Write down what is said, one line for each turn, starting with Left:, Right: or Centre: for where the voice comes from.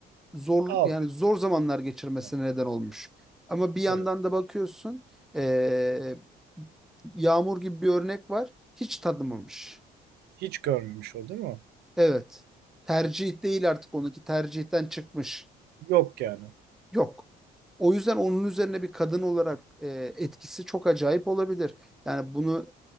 Centre: zor
Right: Abi.
Centre: yani zor zamanlar geçirmesine
Right: yani,
Centre: neden olmuş. Ama bir yandan
Right: Evet.
Centre: da bakıyorsun e, Yağmur gibi bir örnek var. Hiç tanımamış.
Right: Hiç görmemiş o değil mi?
Centre: Evet. Tercih değil artık onunki tercihten çıkmış.
Right: Yok yani.
Centre: Yok. O yüzden onun üzerine bir kadın olarak e, etkisi çok acayip olabilir. Yani bunu